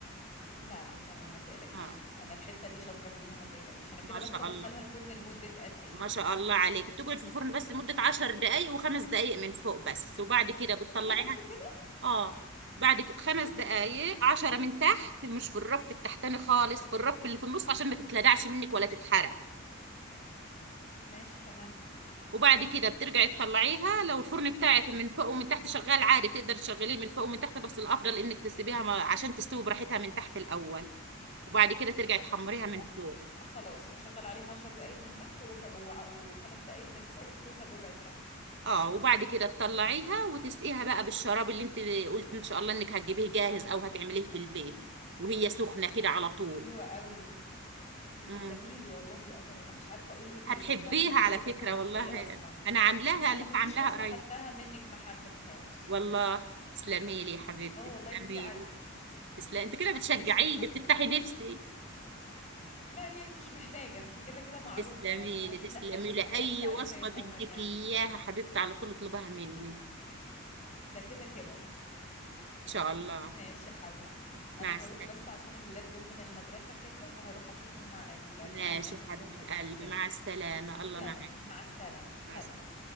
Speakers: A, on the left; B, on the right.
A: لا لا تمام ما تقلقيش
B: اه
A: انا الحتة دي شاطرة فيها ما تقلقيش انا كده
B: ما شاء
A: بس ادخلها
B: الله
A: الفرن لمدة قد ايه
B: ما شاء الله عليك بتقعد في الفرن بس لمدة عشر دقايق وخمس دقايق من فوق بس وبعد كده بتطلعيها
A: ايه ده بس كده
B: اه بعد ك- خمس دقايق عشرة من تحت مش في الرف التحتاني خالص في الرف اللي في النص عشان ما تتلدعش منك ولا تتحرق
A: ماشي تمام
B: وبعد كده بترجعي تطلعيها لو الفرن بتاعك من فوق ومن تحت شغال عادي بتقدر تشغليه من فوق ومن تحت بس الافضل انك تسيبيها ما- عشان تستوي براحتها من تحت الاول وبعد كده ترجعي تحمريها
A: ش-
B: من فوق
A: خلاص هشغل عليه عشر دقايق من تحت وربع وع- وخمس دقايق من فوق التوتال ربع ساعة
B: اه وبعد كده تطلعيها وتسقيها بقى بالشراب اللي انت قلت ان شاء الله انك هتجيبيه جاهز او هتعمليه في البيت وهي سخنه كده على طول
A: حلوة قوي تسلميلي
B: امم
A: والله يا قمر انا مش عارفة اقول لك
B: هتحبيها
A: ايه مش عارفة من غيرك
B: على فكره
A: كنت عملت
B: والله
A: ايه اصلا
B: انا عاملاها
A: انا
B: لسه
A: ما فيش
B: عاملاها
A: وصفة
B: قريب
A: خدتها منك ما حبيتهاش
B: والله تسلمي لي يا حبيبتي
A: اه
B: تسلمي
A: والله انتي عارفة
B: لي تسلمي انت كده بتشجعيني
A: ماشي يا حبيبي
B: بتفتحي نفسي
A: لا هي انتي مش محتاجة انتي كده كده معروفة
B: تسلمي
A: يعني هو
B: لي
A: مين
B: تسلمي
A: دققلك
B: لي
A: وما
B: اي
A: قالش عليه
B: وصفه
A: زي القمر
B: بدك
A: يعني
B: اياها حبيبتي على طول اطلبها مني ان
A: ده كده كده
B: شاء الله
A: ماشي يا حبيبتي انا
B: مع السلامه
A: هروح بس عشان الولاد جم من المدرسة كده فهروح اشوفهم ع- الدنيا
B: ماشي
A: معاهم
B: حبيبه
A: ايه واكلمك
B: قلبي
A: تاني
B: مع السلامه الله
A: يلا
B: معك
A: مع السلامة سلام
B: مع السلامه